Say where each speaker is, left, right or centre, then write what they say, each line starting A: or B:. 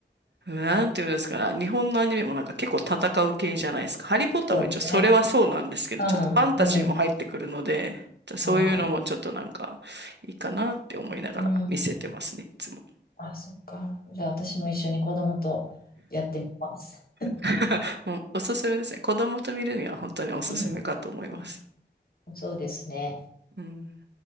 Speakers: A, on the right; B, on the left.
A: なんていうんですかね。日本のアニメもなんか結構戦う系じゃないですか。ハリー・ポッターも一応それはそうなんですけど、
B: そうですね。うん、
A: ちょっとファンタジーも入ってくるので、
B: うん。
A: じゃあそういうのもちょっとなんかいいかなって思いながら見せてますね、
B: ああ、うん。
A: いつも。
B: あ、そっか。じゃあ、私も一緒に子供とやってみます。
A: <laughs> もうおすすめですね。子供と見るには本当におすすめかと思います。
B: うん。あそうですね。
A: うん